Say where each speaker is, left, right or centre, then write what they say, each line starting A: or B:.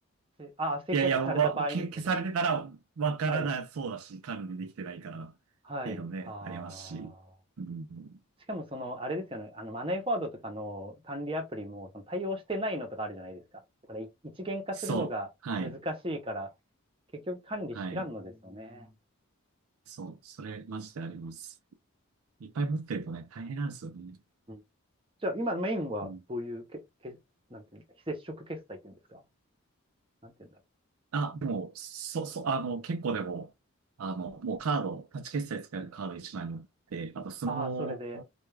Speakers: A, on the right (about 25°); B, on the right (about 75°).
A: せああ、設計された場合にってことですね。
B: いやいや、わ、け消されてたらわからなそうだし、
A: はい。
B: 管理できてないからっていうのもね、
A: はい。ああ。
B: ありますし。うん、
A: しかもその、あれですよね。あの、マネーフォワードとかの管理アプリも、その対応してないのとかあるじゃないですか。だからい一元化するのが難しいから、
B: そう。はい。
A: 結局管理しきらんのですよね。
B: はい。そう。それ、マジであります。いっぱい持ってるとね、大変なんですよね。
A: うんじゃあ、今メインはどういうけ、
B: うん
A: け、なんていうんですか、非接触決済っていうんですかなんていうんだろう。
B: あ、もう、そ、そ、あの、結構でも、あの、もうカード、タッチ決済使えるカード一枚持って、あとスマホ
A: ああ、それで。